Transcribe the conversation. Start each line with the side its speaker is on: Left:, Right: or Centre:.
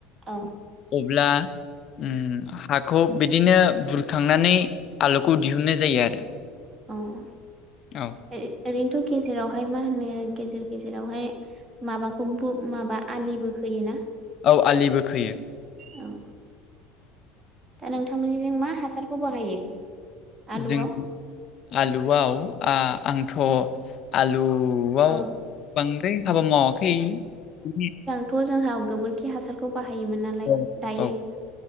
Right: औ
Left: अब्ला उम हाखौ बिदिनो बुरखांनानै आलुखौ दिहुनन्नाय जायो आरो।
Right: औ
Left: औ
Right: ओ ओरैनोथ' गेजेरावहाय मा होनो गेजेर गेजेरावहाय माबाखौ ब' माबा आलिबो खोयोना?
Left: औ आलिबो खोयो।
Right: औ दा नोंथांमोननिजों मा हासारखौ बाहायो? आलुआव
Left: जों आलुआव आ आंथ' आलु बाव
Right: औ
Left: बांद्राय हाबा मावाखै उम
Right: थ' जोंहा गोबोरखि हासारखौ बाहायोमोन नालाय
Left: औ
Right: दायो
Left: औ
Right: ओ